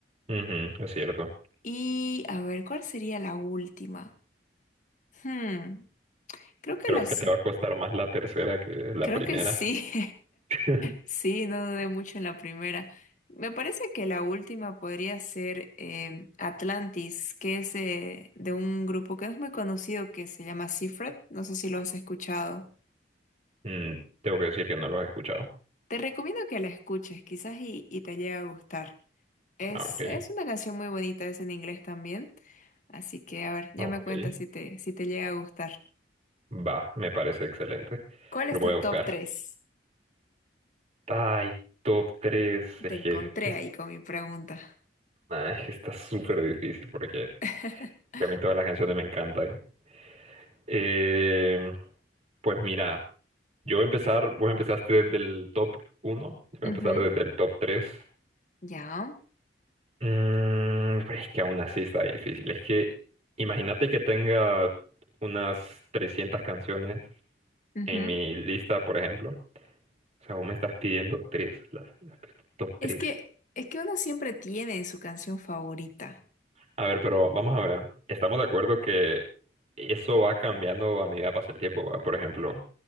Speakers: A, on the right; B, on the left.
A: ujú, es cierto.
B: Y a ver, ¿cuál sería la última? Hmm, creo que
A: Creo
B: las,
A: que te va a costar más la tercera que la
B: creo
A: primera.
B: que sí.
A: <laughs>
B: <laughs> Sí, no dudé mucho en la primera. Me parece que la última podría ser eh, Atlantis, que es eh, de un grupo que no es muy conocido que se llama Seafret. No sé si lo has escuchado.
A: Mm, tengo que decir que no los he escuchado.
B: Te recomiendo que la escuches, quizás y, y te llegue a gustar. Es,
A: Ah, ok,
B: es una canción muy bonita, es en inglés también. Así que, a ver, ya
A: ok.
B: me cuentas si te, si te llega a gustar.
A: Va, me parece excelente.
B: ¿Cuál
A: Lo
B: es
A: voy
B: tu
A: a buscar.
B: top tres?
A: Ay, top tres, Es
B: Te encontré
A: que, es-
B: ahí con mi pregunta.
A: nah, es que está súper difícil porque
B: <laughs>
A: a mí todas las canciones me encantan. Eh, pues mira, yo voy a empezar, vos empezaste desde el top uno, yo voy a
B: Ujú,
A: empezar desde el top 3.
B: Ya.
A: Mm, pero es que aún así está difícil. Es que imagínate que tenga unas 300 canciones
B: ujú.
A: en mi lista, por ejemplo. O sea, vos me estás pidiendo tres, las, las top tres.
B: Es que, es que uno siempre tiene su canción favorita.
A: A ver, pero vamos a ver. Estamos de acuerdo que eso va cambiando a medida que pasa el tiempo, ¿va? Por ejemplo,